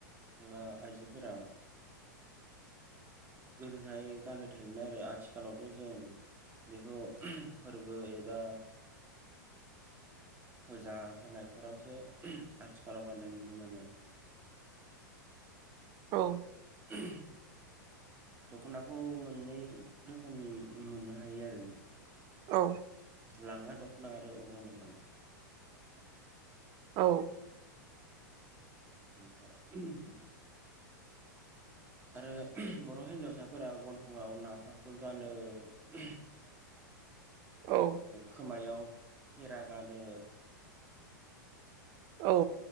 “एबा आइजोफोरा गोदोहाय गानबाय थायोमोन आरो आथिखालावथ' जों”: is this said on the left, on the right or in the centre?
Right